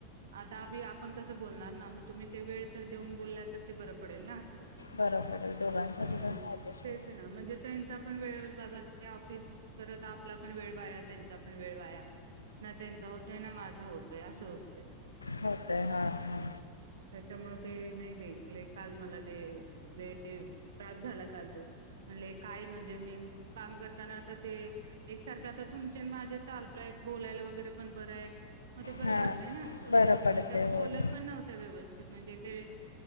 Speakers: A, on the right; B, on the left.
A: आता अबी आपण कसं बोलणार ना मग तुम्ही ते वेळ तर देऊन बोलल्या तर ते बरं पडेल ना असं
B: बरं पडेल दोघांसाठी
A: हुं
B: पण फायदेशीर
A: तेच ना म्हणजे त्यांचा पण वेळ बाबा ते ऑफिस करत आपला पण वेळ वाया त्यांचा पण वेळ वाया ना त्यांचा होतय ना माझा होत असं होतय.
B: होतय. हा हा
A: त्याच्यामुळ ते नाई बई लय काल मला ते लय त्रास झाला काल तो म्हणल हे काय म्हणजे मी काम करताना आता ते एकसारख आता तुम चे न माझे चालू आहेत बोलायला वगैरे पण बरंय. म ते बरं
B: हा
A: पडतय ना असं
B: बरं पडतय
A: आणि त्या बोलत
B: होय.
A: पण नव्हत्या व्यवस्थित म्हणजे ते